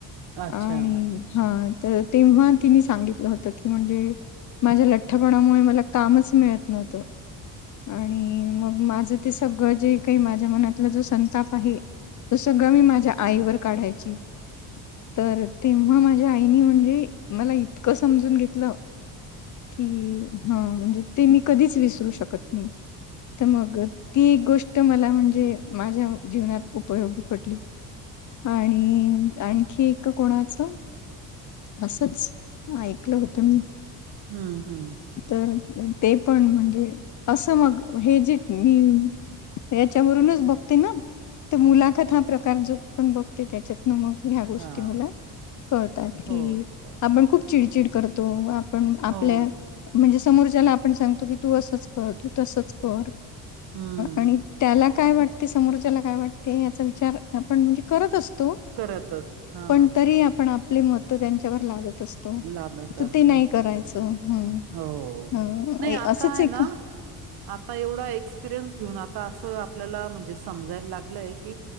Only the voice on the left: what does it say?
आणि हा तर तेव्हा तिने सांगितलं होतं की म्हणजे माझ्या लठ्ठपणामुळे मला कामच मिळत नव्हतं. आणि मग माझ ते सगळं जे काही माझ्या मनातला जो संताप आहे. ते सगळं मी माझ्या आईवर काढायची तर तेव्हा माझ्या आईनी म्हणजे, मला इतकं समजून घेतलं की हा, म्हणजे ते मी कधीच विसरू शकत नाही. तर मग ती एक गोष्ट मला म्हणजे माझ्या जीवनात उपयोगी पडली. आणि आणखी कोणाच, असच ऐकलं होत मी.
तर ते पण म्हणजे, असं मग हे जे मी याच्यावरूनच बघते ना, ते मुलाखत हा प्रकार जो पण बघ त्याच्यातन मग म ह्या गोष्टी
मला कळतात की,
आपण खूप चिडचिड करतो. आपण आपल्या
म्हणजे समोरच्याला आपण सांगतो की तू असच कतो तू तसच कर.
आणि त्याला काय वाटते, समोरच्याला काय वाटते याचा विचार आपण म्हणजे करत असतो,
पण तरी आपण आपली मत त्यांच्यावर लादत असतो.
तर
ते नाही करायच. हम,
हम
असंच
एक